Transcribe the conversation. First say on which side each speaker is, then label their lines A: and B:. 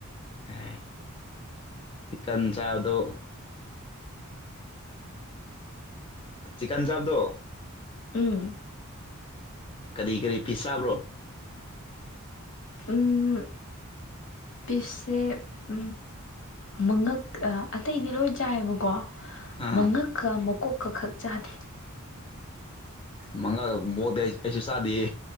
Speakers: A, on the left (about 25°); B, on the left (about 60°).
A: ꯍ ꯆꯀꯟ ꯆꯥ ꯑꯗꯨꯣ ꯆꯛꯟ ꯆꯥꯞꯗꯣ
B: ꯎꯝ
A: ꯀꯔꯤ ꯀꯔꯤ ꯄꯤꯁ ꯆꯥꯕ꯭ꯔꯣ
B: ꯎꯝ ꯄꯤꯁꯁꯦ ꯎꯞ ꯃꯉꯛ ꯑꯇꯩꯗꯤ ꯂꯣꯏ ꯆꯥꯏꯑꯕꯀꯣ
A: ꯑꯥ
B: ꯃꯉꯛꯀ ꯃꯀꯣꯛꯀ ꯈꯛ ꯆꯥꯗꯦ
A: ꯃꯪꯉꯛ ꯕꯣꯗꯤ ꯑꯩꯁꯨ ꯆꯥꯗꯤꯌꯦ